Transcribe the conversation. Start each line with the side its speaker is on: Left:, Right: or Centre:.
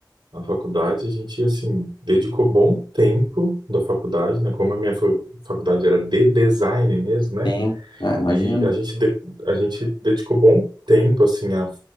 Right: Na faculdade, a gente, assim, dedicou bom tempo da faculdade, né? Como a minha fa- faculdade era de design mesmo, né?
Left: Sim, é, imagino.
Right: E a gente, de- a gente dedicou bom tempo assim a,